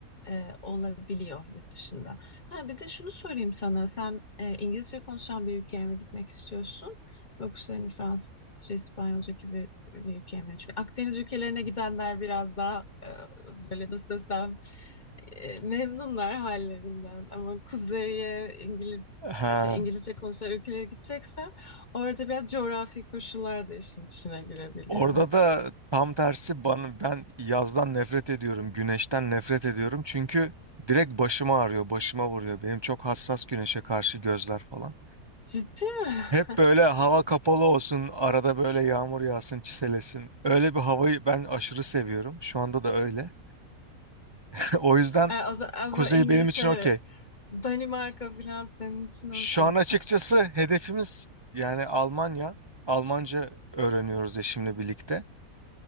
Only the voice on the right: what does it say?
<laughs> Ha.
Orada da tam tersi bana, ben yazdan nefret ediyorum, güneşten nefret ediyorum. Çünkü direkt başıma ağrıyor, başıma vuruyor. Benim çok hassas güneşe karşı gözler falan.
Hep böyle hava kapalı olsun, arada böyle yağmur yağsın, çiselesin. Öyle bir havayı ben aşırı seviyorum. Şu anda da öyle. <laughs> O yüzden
kuzey
benim için okey.
Şu an açıkçası hedefimiz yani Almanya. Almanca öğreniyoruz eşimle birlikte.